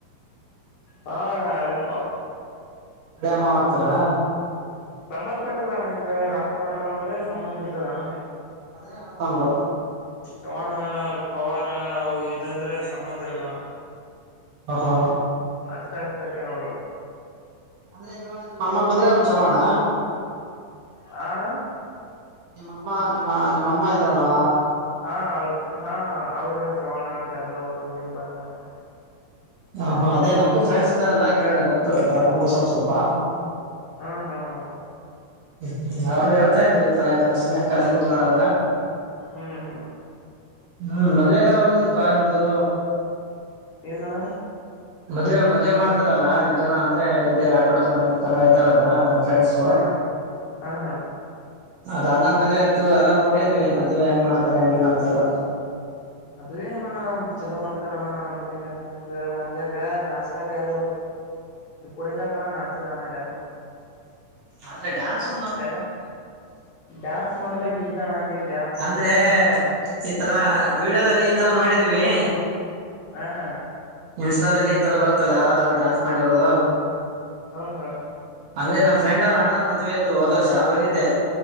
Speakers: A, on the left; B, on the right.
A: ಹ ನಲ್ಲ.
B: ಕಡ ಅಮ್ಮ ಹಗ್ತಾರಾ.
A: ಸಂಬಂಧ್ ಪಟ್ಟ್ರಲ್ಲ ಅಣ್ಣ ಹಿಂಗ ರಾಟೋ ರಾಟೋರ್ ಅಂದ್ರೆ ಸಂಬಂಂದ ಇರ್ತದ ಅಣ್ಣ.
B: ಅದೇಣ ತಮರ.
A: ಚವ್ಾಣ ಪವಾರ್ ಅವು ಇದಂದ್ರೆ ಸಂಬಂಧಿ ಇರಲ್ಲಣ.
B: ಹಾ ಹಾ.
A: ಅಸ್ತ ಅಸ್ತಕ್ಕೆ ಅವರು.
B: ಅಂದ್ರೆ ಈಗ ನಿಮ್ಮ ಅಮ್ಮ ಬಂದ್ರೆ ಅವ್ರು ಚವಾಣ.
A: ಹ ಅಣ್ಣ.
B: ನಿಮ್ಮಮ್ಮ ನಿಮ್ಮ ನಿಮ್ಮಮ್ಮ ಇದ್ರಲ್ವಾ.
A: ಹಾ ಅವ್ರ ಹಾ ಅವ್ರ ಚವಾಣ ಜಾಧವ್ರುಲ್ಲಿನ್ ಬರ್ತಾರೆ.
B: ಹ ಹ ಅದೇಮಗೂ ಫ್ರನ್ಸ್ ಇದಾರೆಲ್ಲಾ ಕೇಳ್ರೆ ಗೊತ್ತುಯತ್ತು ನಮಗ ಸ್ವಲ್ಪ ಸ್ವಲ್ಪ.
A: ಹಾ ಹಾ ಹಾ.
B: ್ಮ ಹ್ಮ್ ಅವ್ರು ಹೇಳ್ತಾ ಇದ್ರು ಈ ತರ ಈ ತರ ಸುಮ್ಮನೆ ಖಾಲಿ ಕೂತ್ಕೊಂಡೋದ.
A: ಹ್ಮ್ ಹ್ಮ್.
B: ಹ್ಮ್ ಮದ್ುವೆಗೆಲ್ಲ ಹೋಗಿದಪ್ಪಾ ನಿಮ್ದು.
A: ಏನಣ.
B: ಮದ್ವೆೆ ಮದ್ವೆ ಮಾಡ್ತಾರಲ್ಲಾ ನಿಮ್ ಜನ ಅಂದ್ರೆ ಇದೇ ಆಟೋಡ್ ಜನ ಇತರ ಇದ್ದಾರಲ್ಲ. ಫ್ರೆಂಡ್ಸ.
A: ಹಾ ಹಾ ಹಾ
B: ಅದ ಅಣಾರ್ ಮದೆ ಇತ್ತು ಎಲ್ಲ ನೋಡಿದ್ವಿ ಮದ್ವೆ ಹೆಂಗ ಮಾಡ್ತಾರೆ ಹೆಂಗಗೆನ್ ಅಂತೆಲ್ಲ.
A: ಅದ ಏನ ಅಣ್ಣ ಚಲೋ ಮಾಡ್ತಾರಣ್ಣ ಅಂದ್ರೆ ನಮಂದ ಮಂದ್ಯಾಗ ನಾಚಲಾಗ ಯಾರು. ಕೊಣಲಾ ಕಣ್ಣ ನಾಚಲ್ಲಣ ಯಾರು.
B: ಆದ್ರೆ ಡಾನ್ಸ್.
A: ಚೆನ್ನಾಗಿ ಡ್ಯಾನ್ಸ್ ಮಾಡೋಬೇಕಿದ್ದತ್ತಣ್ಣ ನೀವು.
B: ಅಂದ್ರೆ ಈ ತರ ವಿೀಡಿಯೋದಲ್ಲಿ ಈ ತರ ನೋಡಿದೀವಿ.
A: ಹಾ ಹಾ.
B: ಇನ್ಸ್ಟಾದಲ್ಲಿ ಈ ತರ ಬರುತ್ತಲ್ಲ ಯಾರಾದ್ರು ಡ್ಯಾನ್ಸ್ ಮಾಡಿರೋದು.
A: ಹಾ ಹಾ.
B: ಅಂದ್ರೆ ನಮ್ಮ ಫ್ರೆಂಡ್ರು ಅ್ಣ್ ಮದ್ೆ ಆಯತ್ತು ಹದ ವರ್ಷ ಹೋಗಿದ್ದೆ.